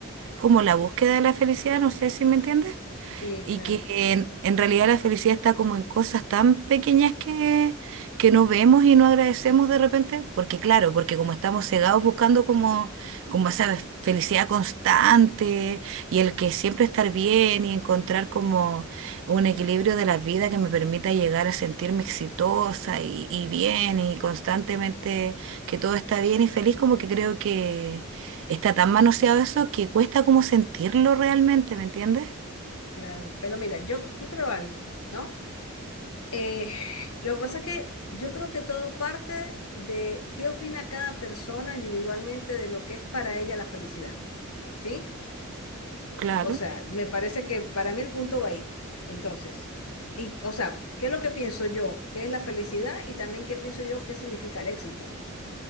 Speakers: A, on the right; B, on the left.
A: como la búsqueda de la felicidad, no sé si me entiendes.
B: Sí,
A: Y
B: claro,
A: que en, en realidad la felicidad está como en cosas tan pequeñas que, que no vemos y no agradecemos de repente, porque claro, porque como estamos cegados buscando como, como esa fe- felicidad constante y el que siempre estar bien y encontrar como un equilibrio de la vida que me permita llegar a sentirme exitosa y, y bien y constantemente que todo está bien y feliz, como que creo que está tan manoseado eso que cuesta como sentirlo realmente, ¿me entiendes?
B: claro. Pero mira, yo, yo creo algo, ¿no? Eh, <sighs> lo que pasa es que yo creo que todo parte de qué opina cada persona individualmente de lo que es para ella la felicidad, ¿sí?
A: Claro.
B: O sea, me parece que para mí el punto va ahí. Entonces, y, o sea, ¿qué es lo que pienso yo? ¿Qué es la felicidad? Y también qué pienso yo, qué significa el éxito.